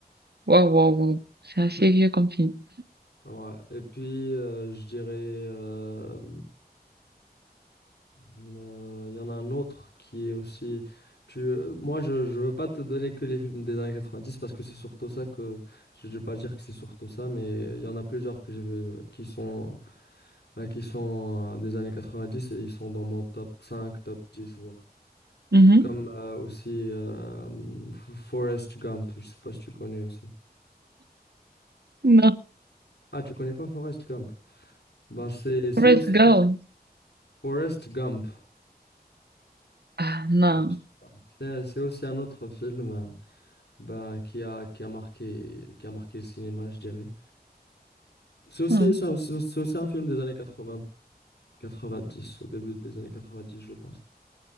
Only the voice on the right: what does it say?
Wow, wow, wow. C'est assez vieux comme film.
Mhm.
Non.
Forrest
Gump.
Ah, non.
Non.